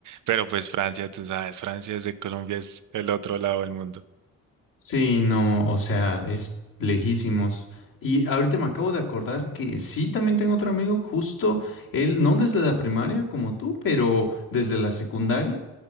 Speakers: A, on the right (about 60°); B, on the left (about 65°).
A: pero pues Francia, tú sabes, Francia desde Colombia es el otro lado del mundo.
B: Sí, no, o sea, es lejísimos. Y ahorita me acabo de acordar que sí, también tengo otro amigo, justo él, no desde la primaria como tú, pero desde la secundaria.